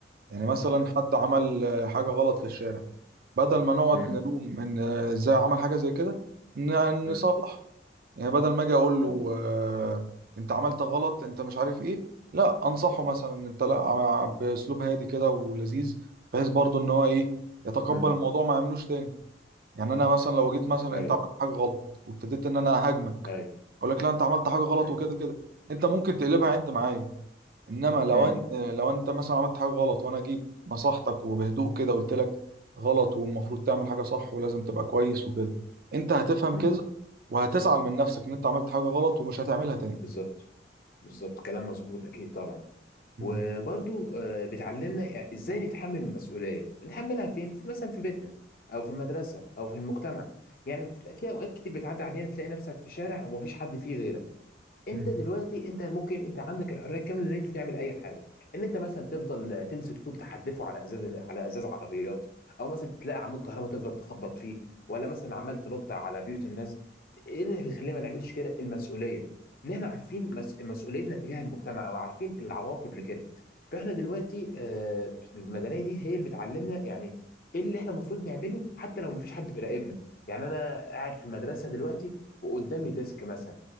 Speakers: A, on the right; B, on the left.
A: يعني مثلا حد عمل آه، حاجة غلط في الشارع بدل ما نقعد
B: امم
A: نلوم إن آه، إزاي عمل حاجة زي كده ن-
B: امم
A: نصلح يعني بدل ما اجي اقول له
B: امم ايوه
A: آه، انت عملت غلط انت مش عارف ايه لا انصحه
B: امم
A: مثلا انت لا ع- باسلوب هادي كده ولذيذ بحيث برضو ان هو ايه يتقبل
B: امم
A: الموضوع ما يعملوش تاني يعني انا مثلا لو جيت مثلا
B: ايوه
A: انت عملت حاجه غلط وابتديت ان انا اهاجمك
B: ايوه
A: اقول لك لا انت عملت حاجه غلط
B: ايوه
A: وكده كده انت ممكن تقلبها
B: امم
A: عند معايا انما لو
B: امم
A: انت لو انت مثلا عملت حاجه غلط وانا جيت نصحتك وبهدوء كده قلت لك غلط والمفروض تعمل حاجه صح ولازم تبقى كويس وكده انت هتفهم
B: أمم.
A: كده وهتزعل من نفسك ان انت عملت حاجه غلط ومش هتعملها تاني
B: بالظبط بالظبط كلام مظبوط اكيد طبعا
A: مم.
B: وبرضو آه، بتعلمنا ازاي نتحمل المسؤوليه بنتحملها فين في مثلا في بيتنا او في المدرسه او في المجتمع يعني بتبقى في اوقات كتير بتعدي علينا تلاقي نفسك في شارع ومفيش حد فيه غيرك
A: مم.
B: انت دلوقتي انت ممكن انت عندك الحريه الكامله ان انت تعمل اي حاجه ان انت مثلا تفضل تمسك طوب تحدفه على ازاز على ازاز عربيات او مثلا تلاقي عمود كهرباء تفضل تخبط فيه ولا مثلا عمال تنط على بيوت الناس ايه اللي يخلينا ما نعملش كده المسؤوليه ان احنا عارفين مس... مسؤوليتنا تجاه المجتمع او عارفين العواقب لكده فاحنا دلوقتي آه المدنيه دي هي اللي بتعلمنا يعني ايه اللي احنا المفروض نعمله حتى لو ما فيش حد بيراقبنا يعني انا قاعد في المدرسه دلوقتي وقدامي ديسك مثلا